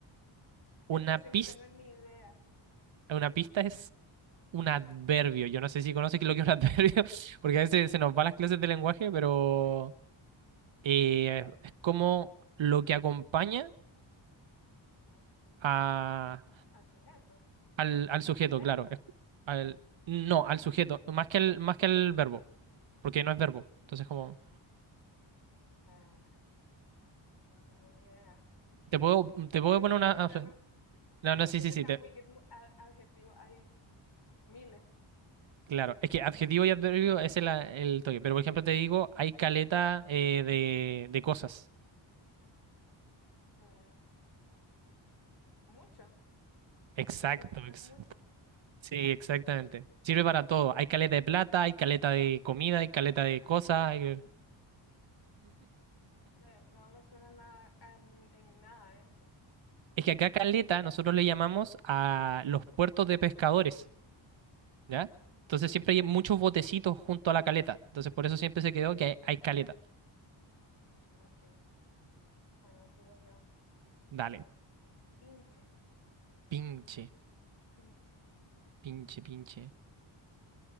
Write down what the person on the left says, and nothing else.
<laughs> Esto
sí no
tengo ni idea.
Sí,
ajá.
Al sujeto,
al verbo.
Ah, no tengo ni idea.
Esa
pista
no,
esa
pista
está muy, muy a- adjetivo ahí miles,
eh, mucho,
significa
mucho.
Caleta.
Me- no me suena nada, em, en nada eso.
Ujú.
Ah, Ok, bueno, sigo yo.
Eh, pinche,
pinche,